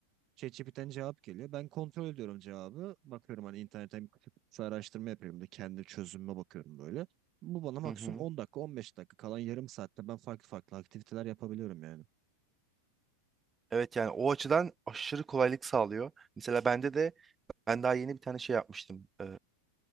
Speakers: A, on the right; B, on the right.
A: ChatGPT'den cevap geliyor. Ben kontrol ediyorum cevabı. Bakıyorum hani internetten kısa araştırma yapıyorum da kendi çözümüme bakıyorum böyle. Bu bana maksimum
B: Hı hı.
A: 10 dakika 15 dakika kalan yarım saatte ben farklı farklı aktiviteler yapabiliyorum yani.
B: Evet yani o açıdan aşırı kolaylık sağlıyor. Mesela bende de ben daha yeni bir tane şey yapmıştım. E,